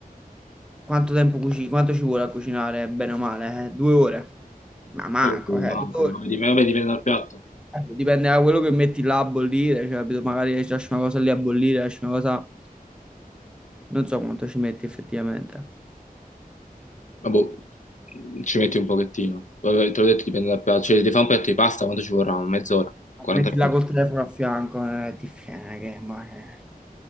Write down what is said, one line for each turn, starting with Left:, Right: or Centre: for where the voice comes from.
Centre: Quanto tempo cucini? Quanto ci vuole a cucinare, bene o male? Eh, due ore? Ma manco,
Left: Eh,
Centre: eh,
Left: Manco,
Centre: due ore.
Left: vabbè, dipende vabbè, dipende dal piatto.
Centre: Eh, Dipende da quello che metti là a bollire, cioè, capito? Magari ci lasci una cosa lì a bollire, lasci una cosa... Non so quanto ci metti effettivamente.
Left: Ma boh, ci metti un pochettino. Vabbè, te l'ho detto, dipende dal piatto. Cioè, se devi fare un piatto di pasta, quanto ci vorrà? Mezz'ora, 40
Centre: Metti
Left: minuti.
Centre: là col telefono a fianco, eh, è difficile, eh, che... ma- eh.